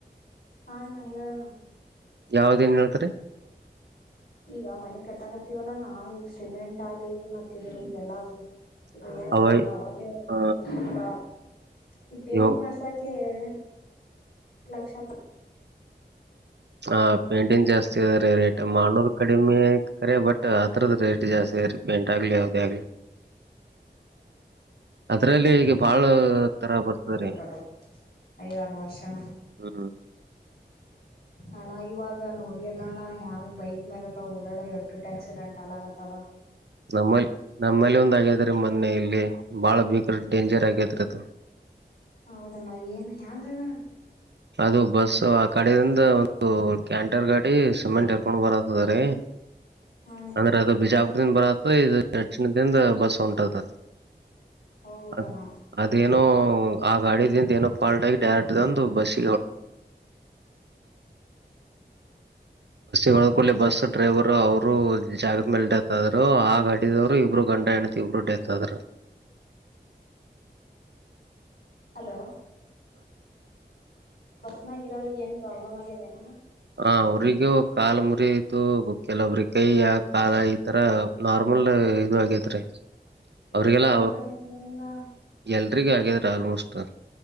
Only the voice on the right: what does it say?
ಯಾವ್ದ ನ್ ಹೇಳ್ತರಿ.
ಅವೈ
ಹ
ಇವು
ಆ ಪೇಂಟಿಂಗ್ ಜಾಸ್ತಿ ಅದ ರೀ ರೇಟ್ ಮಾಡೋದು ಕಡಿಮೆ ಕರೆ ಬಟ್ ಅದರದ್ದ ರೇಟ್ ಜಾಸ್ತಿ ರೀ ಪೇಂಟ್ ಆಗ್ಲಿ ಯಾದೇ ಆಗ್ಲಿ ಅದ್ರಲ್ಲಿ ಈಗ ಬಾಳ. ತರ ಬರ್ತದ್ರೀ
ಹ್ಮ್
ನಮ್ಮಲ್ ನಮ್ಮಲ್ಲಿ ಒಂದ ಆಗ್ಯಾದ ರ ಮೊನೆಯಲ್ಲಿ. ಬಾಳ ಬೀಗ್ರ ಡೇಂಜರ್ ಆಗತ್ರ.
ಅದು ಬಸ್ ಆ ಕಡೆಯಿಂದ ಒಂದು ಕ್ಯಾಂಟರ್ ಗಾಡಿ ಸಿಮೆಂಟ್ ಎರ್ಕೊಂಡ್ ಬರತ್ತದ ರೀ.
ಅಂದ್ರದು ಬಿಜಾ. ದನ್ ಬರತ್ತ ಇ ಎಟನ ದನ್ ಬಸ್ ಹೊಂಟತ.
ಅದ ಅದೇನೋ. ವು ಗಾಡಿದಿಂದ ಏನ ಫಲ್ಟ್ ಆಗಿ ಡೈರೆಕ್ಟ್ ಒಂದು ಬಸ್. ನ್ ಬಸ್ ಹೊಕಿ ಬಸ್ ಡ್ರೈವರ್ ಅವರು ಜಾಗದ ಮೇಲೆ ಡೆತ್ ಆದರು ಆ ಗಾಡಿದವ್ರು ಇಬ್ರು ಗಂಡ ಹೆಣತಿ ಇಬ್ರು ಡೆತ್ ಆದ್ರ.
ಹ ಅವ್ರಿಗೂ ಕಾಲ ಮುರಿ ಇದು ಕೆಲವೊಬ್ರ ಕಯ ಆ ಕಾಲ ಈತರ ನಾರ್ಮಲ್ ಇದು ಆಗೇತ್ರಿ. ಅವ್ರಿಗೆಲ್ಲ
ಎಲ್ರಿಗ ಆಗ. ಆಲ್ಮೋಸ್ಟ್.